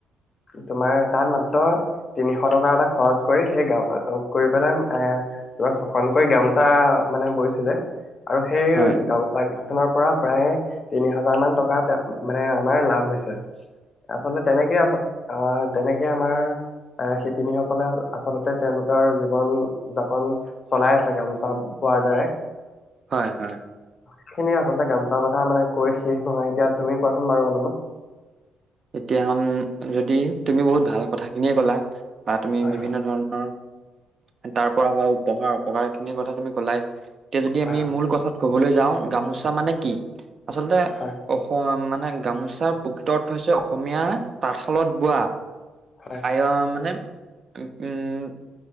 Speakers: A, on the left; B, on the right.
A: তোমাৰ তাত মাত্ৰ তিনিশ টকা এটা খৰচ কৰি সেই গ কৰি পেলাই ছখন কৰি গামোচা মানে বৈছিলে আৰু সেই
B: হয়,
A: গামোচা খনৰ পৰা প্ৰায় তিনি হাজাৰ মান টকাত মানে আমাৰ লাভ হৈছ। আচলতে তেনেকে আছ অ' তেনেকে আমাৰ আহ শিপিনীসকলে আচলতে তেওঁলোকৰ জীৱন- যাপন চলাই আছে। গামোচা বোৱাৰ দৰে।
B: হয় হয়।
A: সেখিনিয়ে আচলতে গামোচা কথা মানে কৈ শেষ নহয়। এতিয়া তুমি কোৱাচোন বাৰু অলপমান
B: এতিয়া উম যদি তুমি বহুত ভাল কথা খিনিয়ে ক'লা বা তুমি
A: হয়
B: বিভিন্ন ধৰণৰ তাৰ পৰা হোৱা উপহাৰ অপকহাৰ খিনিৰ কথা তুমি কলাই এতিয়া যদি
A: হয়
B: আমি মূল কথাত ক'বলৈ যাওঁ গামোচা মানে কি, আচলতে
A: হয়
B: অসম মানে গামোচা প্ৰকৃত হৈছে অসমীয়া তাঁতশালত বোৱা
A: হয়
B: <unintelligible> মানে উম,